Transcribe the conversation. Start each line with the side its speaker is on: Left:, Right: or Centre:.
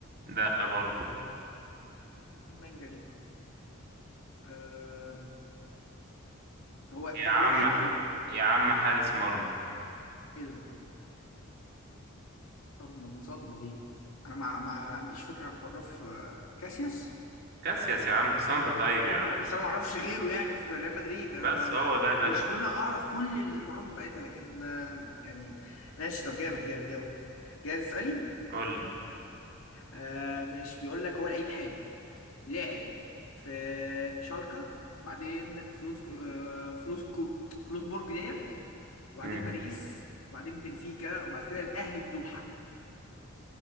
Right: لا برضه
Left: المانجا دي آه هو
Right: يا
Left: طب هو
Right: عم
Left: ايه
Right: ح-
Left: طيب؟
Right: يا عم حارس مرمى
Left: ايه ده؟ صدمة دي صدمة دي انا ما, ما عنديش فكرة عن حراف آه، كاسياس
Right: كاسياس يا عم كنت انت طيب يا
Left: اوه
Right: عم
Left: اصل انا ما اعرفش غيره يعني في ريال مدريد انا
Right: بس
Left: ما
Right: هو
Left: ما
Right: ده يا باشا
Left: برشلونة اعرف كل الحراس بتاعتها لكن آه، يعني ماشي طب جامد جامد يلا جاهز اسالي
Right: قول لي
Left: آه ماشي بيقول لك هو لعيب حالي لاعب في شالكة بعدين فلوس آه فلوس فلوسبورج ديت وبعدين
Right: مم.
Left: باريس وبعدين بنفيكا وبعد كده الاهلي الدوحة